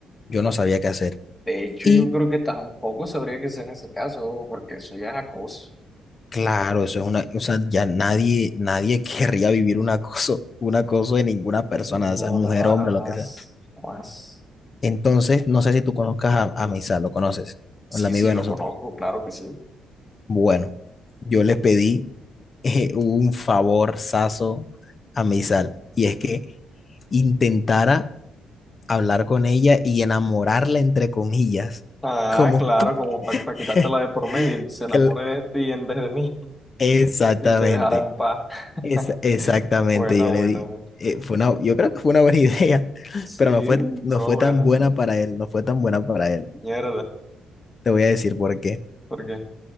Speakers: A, on the left; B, on the left.
A: yo no sabía qué hacer.
B: De hecho,
A: Y
B: yo creo que tampoco sabría que sea en ese caso, porque eso ya es acoso.
A: claro, eso es una, o sea, ya nadie, nadie <laughs> querría vivir un acoso, un acoso de ninguna persona,
B: No,
A: o sea mujer,
B: nada,
A: hombre,
B: jamás,
A: lo que sea.
B: jamás.
A: Entonces, no sé si tú conozcas a, a Misal, ¿lo conoces?
B: Sí,
A: El amigo
B: sí,
A: de
B: lo
A: nosotros.
B: conozco, claro que sí.
A: Bueno, yo le pedí eh, un favorzazo a Misal, y es que intentara hablar con ella y enamorarla, entre comillas,
B: Ah,
A: como...
B: claro, como para
A: <laughs>
B: quitarte la de por medio, y se enamore
A: que la-
B: de ti en vez de mí
A: Exactamente.
B: y te dejara en paz. <laughs>
A: Es- exactamente,
B: Bueno,
A: yo le
B: bueno,
A: di.
B: bueno.
A: eh, fue una, yo creo que fue una buena idea, <laughs>
B: Sí,
A: pero no fue, no
B: todo
A: fue
B: bueno.
A: tan buena para él, no fue tan buena para él.
B: Mierda,
A: Te voy a decir por qué.
B: porque,